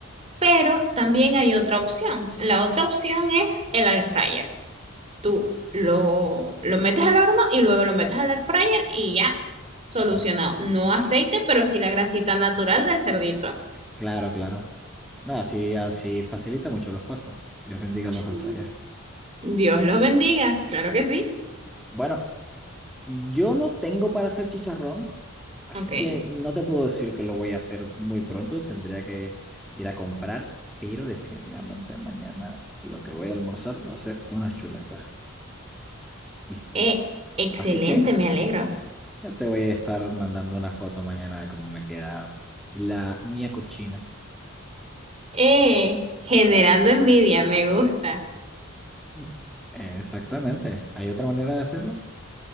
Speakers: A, on the right (about 30°); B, in the centre.
A: Pero también hay otra opción. La otra opción es el air fryer. Tú lo,
B: Ah,
A: lo metes al horno y luego lo metes al air fryer y ya, solucionado.
B: ah,
A: No
B: ok.
A: aceite, pero sí la grasita natural del cerdito.
B: Claro, claro. No, así, así facilita mucho los pasos. Dios bendiga
A: Sí.
B: los air fryer.
A: Dios los bendiga, claro que sí.
B: Bueno, yo no tengo para hacer chicharrón, Así
A: Ok.
B: que no te puedo decir que lo voy a hacer muy pronto, tendría que ir a comprar, pero definitivamente mañana lo que voy a almorzar va a ser unas chuletas. Y, s-
A: Eh, excelente,
B: así que
A: me alegro.
B: ya te voy a estar mandando una foto mañana de cómo me queda la mía cochina.
A: Eh, generando envidia, me gusta.
B: Mm, Exactamente. ¿Hay otra manera de hacerlo?